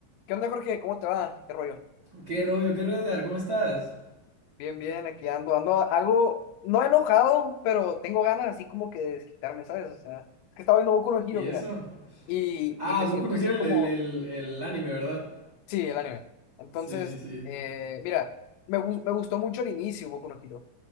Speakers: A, on the left (about 85°); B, on the right (about 50°).
A: ¿Qué onda, Jorge? ¿Cómo te va? ¿Qué rollo?
B: ¿Qué rollo? ¿Qué rollo, Edgar? ¿Cómo estás?
A: Bien, bien, aquí ando, ando algo, no enojado, pero tengo ganas así como que de desquitarme, ¿sabes? O sea, es que estaba viendo Boku no Hero,
B: ¿Y
A: mira,
B: eso?
A: y,
B: Ah,
A: y me
B: Boku
A: siento
B: no Hero,
A: así
B: el,
A: como,
B: el, el, el anime, ¿verdad?
A: sí, el anime. Entonces,
B: Sí, sí, sí.
A: eh, mira, me, gus- me gustó mucho el inicio Boku no Hero,